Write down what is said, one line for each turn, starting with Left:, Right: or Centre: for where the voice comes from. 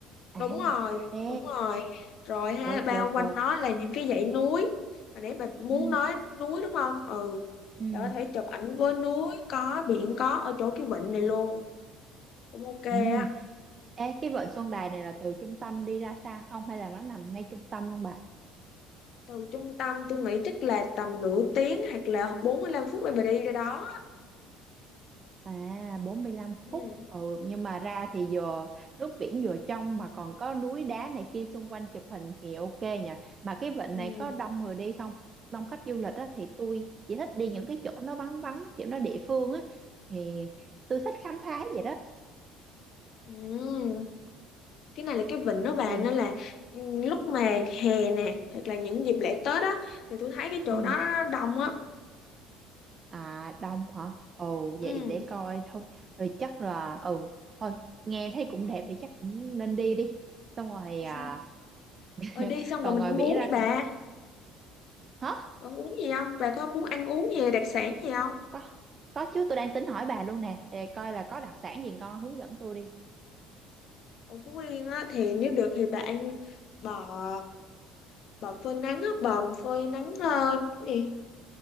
Right: à
Left: đúng rồi
Right: ê
Left: đúng rồi rồi ha
Right: được
Left: bao
Right: được
Left: quanh
Right: được
Left: nó là những cái dãy núi hồi nãy bà muốn
Right: ừ
Left: nói núi đúng không ừ
Right: ừ
Left: bà có thể chụp ảnh với núi có biển có ở chỗ cái vịnh này luôn cũng ok
Right: ừ
Left: á
Right: ê cái Vịnh Xuân Đài này là từ trung tâm đi ra xa không hay là nó nằm ngay trung tâm luôn bà
Left: từ trung tâm tôi nghĩ chắc là tầm nửa tiếng hoặc là 45 phút để bà đi ra đó
Right: À bốn mươi lăm
Left: ừ
Right: phút ừ, nhưng mà ra thì vừa nước biển vừa trong mà còn có núi đá này kia xung quanh chụp hình thì ok nhỉ mà cái vịnh
Left: ừ
Right: này có đông người đi không đông khách du lịch á thì tôi chỉ thích đi những cái chỗ nó vắng vắng kiểu nó địa phương á thì tôi thích khám phá vậy đó
Left: Ừm, cái này là cái vịnh đó bà
Right: thì
Left: nên là ừm, lúc mà hè nè hoặc là những dịp lễ Tết á thì tôi thấy cái chỗ
Right: ừ.
Left: đó nó đông á
Right: à đông hả ồ
Left: ừ
Right: vậy để coi thôi rồi chắc là ừ thôi nghe thấy cũng đẹp thì chắc cũng nên đi đi xong rồi
Left: <laughs>
Right: à <laughs>
Left: rồi đi xong
Right: còn
Left: rồi mình
Right: ngoài
Left: ăn
Right: biển
Left: uống
Right: ra
Left: đi bà
Right: còn hả
Left: bà ăn uống gì không bà có muốn ăn uống gì đặc sản gì không
Right: có có chứ tôi đang tính hỏi bà luôn nè để coi là có đặc sản gì ngon hướng dẫn tôi đi
Left: ở Phú Yên á thì nếu được thì bà ăn bò bò phơi nắng á bò phơi nắng ờ, cái gì